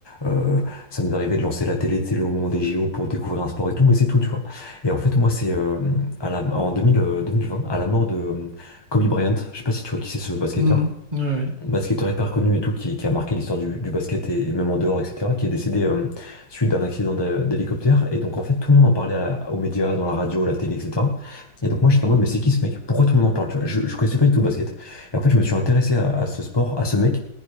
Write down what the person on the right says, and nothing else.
Mm. Ouais, ouais,